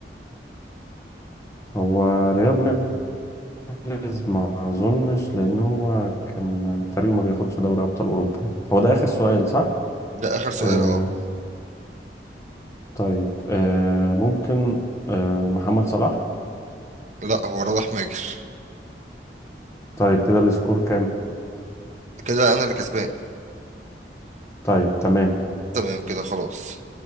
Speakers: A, on the left (about 15°); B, on the right (about 40°).
A: هو رياض محرز ما اظنش لان هو كان فريقه ما بياخدش دوري ابطال اوروبا يعني. هو ده اخر سؤال صح
B: ده اخر سؤال
A: آه
B: اه
A: طيب آه ممكن آه محمد صلاح
B: لا هو رابح ماجر
A: طيب كده السكور كام
B: كده انا اللي كسبان
A: طيب تمام
B: تمام كده خلاص